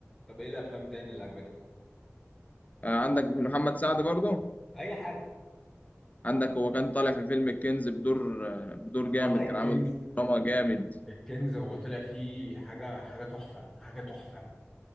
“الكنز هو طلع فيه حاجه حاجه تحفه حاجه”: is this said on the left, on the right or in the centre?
Centre